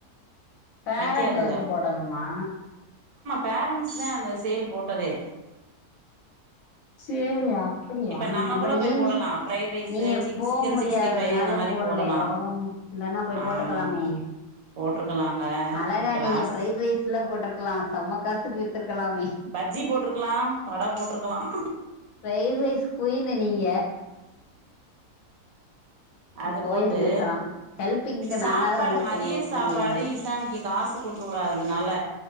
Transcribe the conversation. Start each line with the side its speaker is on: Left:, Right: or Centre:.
Left: பேரண்ட்
Right: வைக்காதுக
Left: வந்து போடணுமா
Right: பேரன்ட்ஸ் தா அந்த சேல் போட்டதே
Left: செரியா அப்படியா
Right: இப்ப நம்ம
Left: அப்ப
Right: கூட போய்
Left: நீங்க
Right: போடலா ஃப்ரைட் ரைஸு
Left: நீங்க
Right: சிக்
Left: போ
Right: சிக்கன்
Left: முடியாததுனால
Right: சிக்ஸ்டி ஃபைவ் அந்த மாரி
Left: போட்லையோ
Right: போடலா
Left: இல்லன்னா போய் போட்ருக்கலாமே
Right: ஆமா போட்ருக்கலாங்க
Left: அழகா
Right: இப்ப
Left: நீங்க
Right: லாஸ்
Left: ஃபிரைட் ரைஸ் ல போட்டிருக்கலா செம்ம காசுக்கு வித்திருக்கலாமே
Right: பஜ்ஜி போட்ருக்கலா வட போட்ருக்கலாம்
Left: ஃப்ரைட் ரைஸ் குயினு நீங்க
Right: அது
Left: போயிருந்திருக்கலா
Right: போட்டு
Left: ஹெல்பிங்க்கு
Right: சாப்பாடு
Left: நானாவது வந்திருப்பேன்
Right: மதிய
Left: இங்க விட்டுருந்தீங்கன்னா
Right: சாப்பாடு இசானிக்கு காசு கொடுத்து வுடாதுனால